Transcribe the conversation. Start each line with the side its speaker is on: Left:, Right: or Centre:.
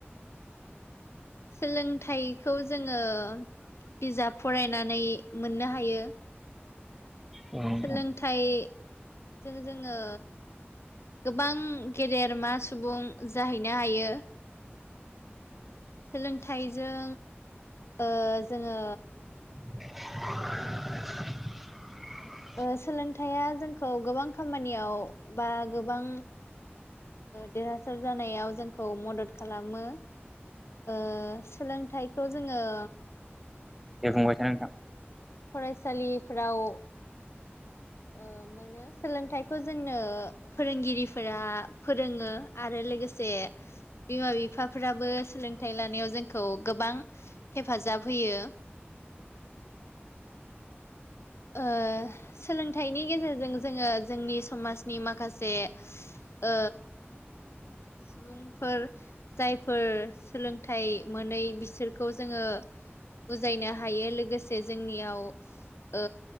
Left: सोलोंथाइखौ जोङो बिजाब फरायनानै मोननो हायो।
Centre: औ नोंथां
Left: सोलोंथाइजों
Centre: औ नोंथां
Left: जोङो। गोबां गेदेरमा सुबुं जाहैनो हायो। सोलोंथाइजों ओ जोङो
Centre: <inaudible>
Left: ओ सोलोंथाया जोंखौ गोबां खामानियाव बा गोबां। देरहासार जानायाव जों खौ मदद खालामो ओ सोलोंथाइखौ जोङो
Centre: दे बुंबायथा नोंथां।
Left: फरायसालिफोराव ओ मोनो सोलोंथाइखौ जोंनो फोरोंगिरिफोरा फोरोङो आरो लोगोसे बिमा बिफाफ्राबो सोलोंथाइ लानायाव जोंखौ गोबां हेफाजाब होयो। ओं सोलोंथाइनि गेजेरजों जोङो जोंनि समाजनि माखासे ओ सुबुंफोर जायफोर सोलोंथाइ मोनै बिसोरखौ जोङो बुजायनो हायो लोगोसे जोंनियाव ओ